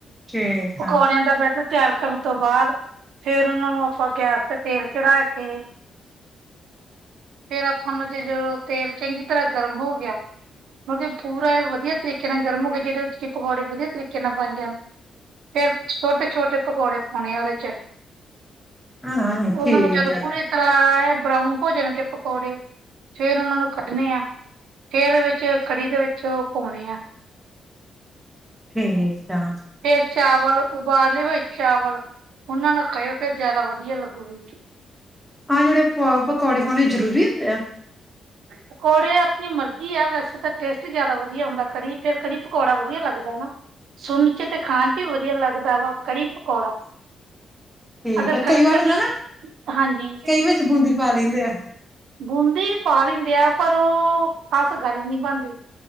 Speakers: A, in the centre; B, on the right.
A: ਠੀਕ
B: ਪਕੌੜਿਆਂ
A: ਆ
B: ਦਾ ਬੈਟਰ ਤਿਆਰ ਕਰਨ ਤੋਂ ਬਾਅਦ ਫੇਰ ਉਹਨਾਂ ਨੂੰ ਆਪਾਂ ਗੈਸ ਤੇ ਤੇਲ ਚਲਾ ਕੇ ਫਿਰ ਆਪਾਂ ਉਹਨਾਂ ਚ ਜਦੋਂ ਤੇਲ ਚੰਗੀ ਤਰ੍ਹਾਂ ਗਰਮ ਹੋ ਗਿਆ, ਮਤਲਬ ਪੂਰਾ ਵਧੀਆ ਤਰੀਕੇ ਨਾਲ ਗਰਮ ਹੋ ਗਿਆ, ਜਿਹਦੇ ਵਿੱਚ ਕਿ ਪਕੌੜੇ ਵਧੀਆ ਤਰੀਕੇ ਨਾਲ ਬਣ ਜਾਣ ਫਿਰ ਛੋਟੇ - ਛੋਟੇ ਪਕੌੜੇ ਪਾਉਣੇ ਆ ਉਹਦੇ 'ਚ। <inaudible>
A: ਹਾਂ
B: ਉਹਨਾਂ
A: ਠੀਕ
B: ਨੂੰ ਜਦੋਂ
A: ਆ
B: ਪੂਰੀ ਤ- ਰਾਂ ਬਰਾਊਨ ਹੋ ਜਾਣਗੇ ਪਕੌੜੇ, ਫੇਰ ਉਹਨਾਂ ਨੂੰ ਕੱਢਣੇ ਆ। ਫੇਰ ਉਹ ਵਿੱਚ ਕੜੀ ਦੇ ਵਿੱਚ ਭਉਣੇ ਆ।
A: ਠੀਕ ਆ।
B: ਫੇਰ ਚਾਵਲ ਉਬਾਲੇ ਹੋਏ ਚਾਵਲ ਉਹਨਾਂ ਨੂੰ ਕਹੇ ਓ ਫੇਰ ਜ਼ਿਆਦਾ ਵਧੀਆ ਲੱਗੂਗੀ।
A: ਹਾਂ ਜਿਹੜੇ ਪ ਪਕੌੜੇ ਪਾਉਣੇ ਜਰੂਰੀ ਹੁੰਦੇ ਆ?
B: ਪਕੌੜੇ ਆਪਣੀ ਮਰਜੀ ਆ ਵੈਸੇ ਤਾਂ ਟੇਸਟ ਜ਼ਿਆਦਾ ਵਧੀਆ ਹੁੰਦਾ ਕੜੀ ਤੇ ਕੜੀ ਪਕੌੜਾ ਵਧੀਆ ਲੱਗਦਾ ਨਾ। ਸੁਣ ਚ ਤੇ ਖਾਣ ਚ ਵੀ ਵਧੀਆ ਲੱਗਦਾ ਵਾ ਕੜੀ ਪਕੌੜਾ।
A: ਠੀਕ
B: ਅਗਰ
A: ਆ,
B: ਕੜੀ
A: ਕਈ ਵਾਰ
B: ਕੱਲੀ
A: ਹੁੰਦਾ ਨਾ
B: ਹਾਂਜੀ
A: ਕਈ ਵਿਚ ਬੂੰਦੀ ਪਾ ਲੈਂਦੇ ਆ।
B: ਬੂੰਦੀ ਵੀ ਪਾ ਲੈਂਦੇ ਆ, ਪਰ ਉਹ ਖ਼ਾਸ ਗੱਲ ਨਹੀਂ ਬਣਦੀ।